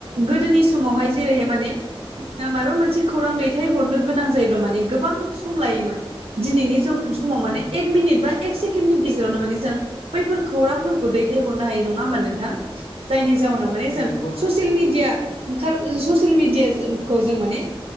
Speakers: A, on the right; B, on the left.
A: गोदोनि समावहाय जेरैहाय माने माबा मोनसे खौरां दैथायहरनो दैथायहरनो गोनां जायोब्ला माने गोबां सम लायोमोन दिनैनि समाव समाव
B: उम
A: एक मिनिट बा एक सेकेण्ड नि गेजेरावनो माने जों बैफोर खौरांफोरखौ दैथाय हरनो हायो नङा होमबा नोंथां जायनि जाउनाव माने
B: उम
A: जों
B: नंगौ नोंथां
A: ससियेल मिडिया ओंखार ससियेल मिडियाखौ जों माने